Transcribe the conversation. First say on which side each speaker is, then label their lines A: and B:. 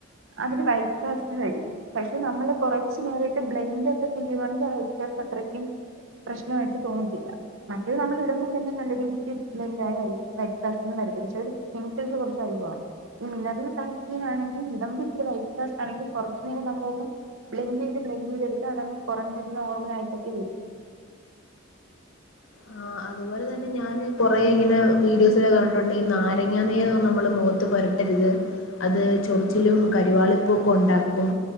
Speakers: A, on the right; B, on the left.
A: അതില് വൈറ്റ് കാസ്റ്റ് വരും പക്ഷെ നമ്മള് കൊറച്ചു നേരട്ട് ബ്ലെൻഡ് ഒക്കെ ചെയ്യുവാണെങ്കിൽ ആ വൈറ്റ് കാസ്റ്റ് അത്രയ്ക്കും പ്രശ്നായിട്ട് തോന്നത്തില്ല മറ്റേ നമ്മൾ ഇടുമ്പോ തന്നെ നല്ല രീതിക്ക് ബ്ലെൻഡായി വൈറ്റ് കാസ്റ്റ് ഒന്നും വരത്തില്ല പക്ഷേ അതില് കെമിക്കൽസ് കുറച്ച് അധികാ ഈ മിനറൽ സൺസ്ക്രീൻ ആണെങ്കിൽ ഇടുമ്പ ഇച്ചിരി വൈറ്റ്കാസ്റ്റ് ആണെങ്കിൽ കുറച്ചു നേരം നമ്മളൊന്ന് ബ്ലെൻഡ് ചെയ്ത് ബ്ലെൻഡ് ചെയ്ത് എടുത്താ അതങ്ങ് കുറഞ്ഞ് ഒരു നോർമലായിട്ടൊക്ക വരും
B: ആഹ് അതുപോലെ തന്നെ ഞാന് പോ കുറെ ഇങ്ങനെ വീഡിയോസില് ഒക്കെ കണ്ടിട്ടുണ്ട് ഈ നാരങ്ങ നീരൊന്നും നമ്മള് മുഖത്ത് പുരട്ടരുത് അത് ചൊറിച്ചിലും കരുവാളിപ്പൊക്കെ ഉണ്ടാക്കും